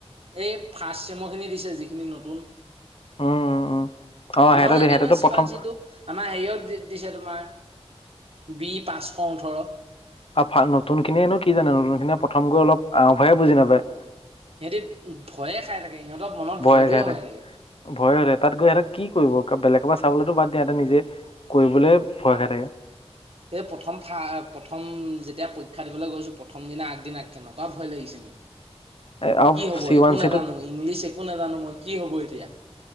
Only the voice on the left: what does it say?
উম উম উম অ সিহঁতক
দিয়ে,
সিহঁতেতো
প্ৰথম
আ ফান, নতুন খিনিয়েনো কি জানে নু নতুন খিনিয়ে প্ৰথম গৈ অলপ আও ভাৱে বুজি নাপায়।
ভয়ে
খাইতে,
ভয় হৈ তাত গৈ সিহঁতে কি কৰিব। বেলেগৰ পৰা চাবলৈতো বাদ দিয়া ইতে নিজে কৰিবলৈ ভয় খাই থাকে।
এ আৰু
চি ওৱান
চি
টোত